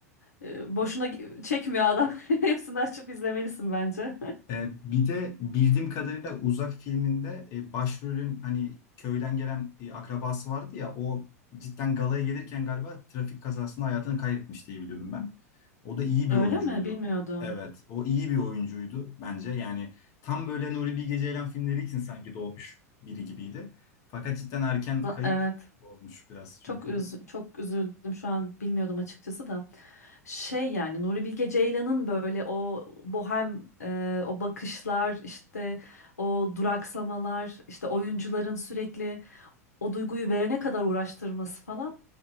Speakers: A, on the left (about 75°); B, on the left (about 40°).
A: e, boşuna gi- çekmiyor adam. <laughs> Hepsini açıp izlemelisin bence.
B: Ee, bir de bildiğim kadarıyla Uzak filminde e, başrolün hani köyden gelen e, akrabası vardı ya o cidden galaya gelirken galiba trafik kazasında hayatını kaybetmiş diye biliyorum ben. O da iyi
A: <laughs> Öyle
B: bir oyuncuydu.
A: mi? Bilmiyordum.
B: Evet, o iyi bir oyuncuydu bence. Yani tam böyle Nuri Bilge Ceylan filmleri için sanki doğmuş biri gibiydi. Fakat cidden erken
A: Za-
B: kayıp
A: Evet.
B: olmuş biraz çünkü.
A: Çok üz çok üzüldüm şu an bilmiyordum açıkçası da. Şey yani Nuri Bilge Ceylan'ın böyle o bohem e, o bakışlar işte o duraksamalar işte oyuncuların sürekli o duyguyu verene kadar uğraştırması falan.